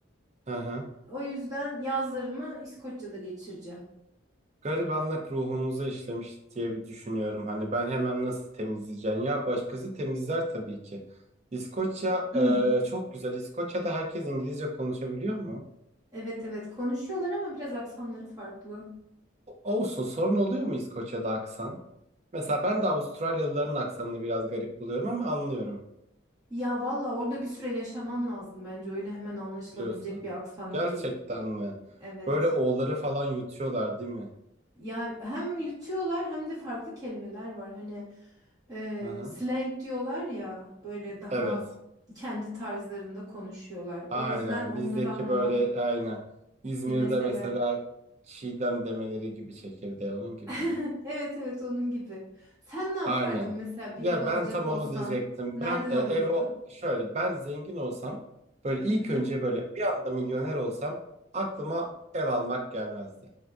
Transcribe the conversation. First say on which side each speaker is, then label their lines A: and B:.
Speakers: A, on the right; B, on the right.
A: Hı hı.
B: O yüzden yazlarımı İskoçya'da geçireceğim.
A: Garibanlık ruhumuza işlemiş diye bir düşünüyorum. Hani ben hemen nasıl temizleyeceğim? Ya başkası temizler tabii ki. İskoçya
B: <clears throat>
A: e, çok güzel. İskoçya'da herkes İngilizce konuşabiliyor mu?
B: Evet evet konuşuyorlar ama biraz aksanları farklı.
A: O- Olsun. Sorun oluyor mu İskoçya'da aksan? Mesela ben de Avustralyalıların aksanını biraz garip buluyorum ama anlıyorum
B: Ya valla orada bir süre yaşaman lazım bence. Öyle hemen anlaşılabilecek
A: diyorsun.
B: bir aksan
A: Gerçekten
B: değil.
A: mi?
B: Evet.
A: Böyle o'ları falan yutuyorlar değil mi?
B: Ya hem yutuyorlar hem de farklı kelimeler var. Hani e,
A: Hı hı.
B: slang diyorlar ya böyle daha
A: Evet.
B: kendi tarzlarında konuşuyorlar. O
A: Aynen
B: yüzden onları
A: bizdeki
B: anlamak
A: böyle aynen. İzmir'de
B: bir mesele.
A: mesela Çiğdem demeleri gibi çekirdeği onun gibi
B: <laughs>
A: mi?
B: Evet evet onun gibi. Sen ne yapardın
A: Aynen.
B: mesela bir
A: Ya
B: ev alacak
A: ben tam
B: olsan?
A: onu diyecektim.
B: Nereden
A: Ben e,
B: alırdın?
A: ev o- şöyle ben zengin olsam böyle ilk
B: Hı hı.
A: önce böyle bir anda milyoner olsam aklıma ev almak gelmezdi.